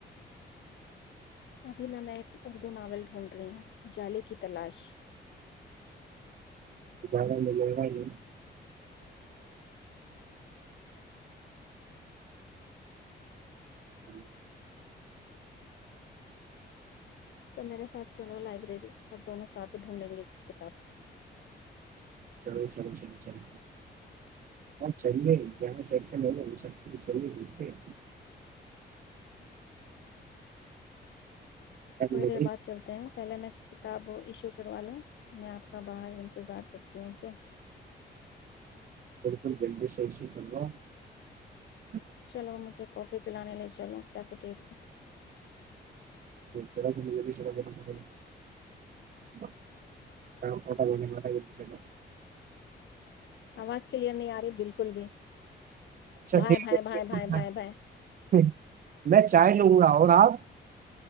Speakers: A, on the left (about 85°); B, on the right (about 50°).
A: ابھی میں میں ایک اردو ناول ڈھونڈ رہی ہوں جالے کی تلاش
B: ج میں <unintelligible>
A: تو میرے ساتھ چلو لائبریری اور دونوں ساتھ ڈھونڈیں گے اس کتاب کو
B: چلو چلو چلو چل ہ چلے ہی ج سشن چ ت <unintelligible> بالکل
A: تھوڑی دیر بعد چلتے ہیں پہلے میں کتاب ایشو کروا لوں میں آپ کا باہر انتظار کرتی ہوں اوک
B: تھکم دندے سیشیلو <unintelligible>
A: چلو مجھے کافی پلانے لے چلو کیفیٹیریا
B: س ج سا با <unintelligible>
A: آواز کےلیئر نہیں آ رہی بالکل بھی
B: اچھا
A: بھائی
B: ٹھیک
A: بھائی
B: ہے
A: بھائی بھائی بھائی بھائی
B: میں چائے لوں گا اور آپ ہ <unintelligible>